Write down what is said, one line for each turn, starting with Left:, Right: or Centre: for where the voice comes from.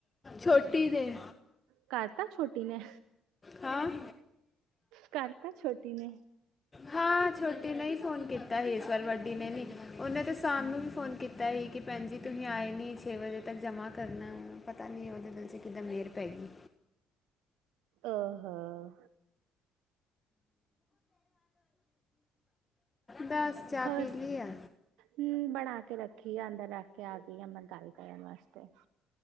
Left: ਛੋਟੀ ਦੇ
Right: ਕਰਤਾ ਛੋਟੀ ਨੇ-
Left: ਹਾਂ-
Right: ਕਰਤਾ ਛੋਟੀ ਨੇ
Left: ਹਾਂ ਛੋਟੀ ਨੇ ਹੀ ਫੋਨ ਕੀਤਾ ਸੀ ਈਸ਼ਵਰ ਵਡੀ ਨੇ ਨੀ ਉਹਨੇ ਤਾਂ ਸ਼ਾਮ ਨੂੰ ਵੀ ਫੋਨ ਕੀਤਾ ਸੀ ਕਿ ਭੈਣ ਜੀ ਤੁਸੀ ਆਏ ਨਹੀ ਛੇ ਵਜੇ ਤਕ ਜਮਾ ਕਰਨਾ ਵ ਪਤਾ ਨਹੀ ਉਹਦੇ ਦਿਲ 'ਚ ਕਿਦਾ ਮਿਹਰ ਪੈ ਗਈ
Right: ਆਹ ਹੋ-
Left: ਬਸ ਚਾਹ
Right: ਹੋਰ
Left: ਪੀ ਲਈ ਆ
Right: ਹਮ ਬਣਾ ਕੇ ਰਖੀ ਆ ਅੰਦਰ ਰਖ ਕੇ ਆ ਗਈ ਆ ਮੈ ਗਲ ਕਰਨ ਵਾਸਤੇ